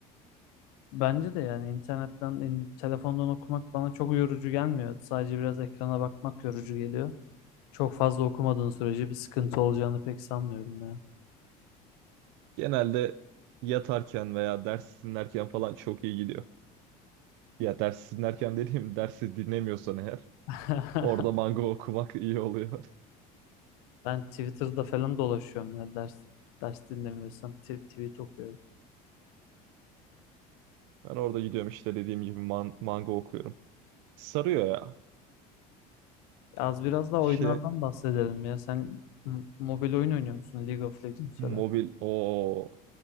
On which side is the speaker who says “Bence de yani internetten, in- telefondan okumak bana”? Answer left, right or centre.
Left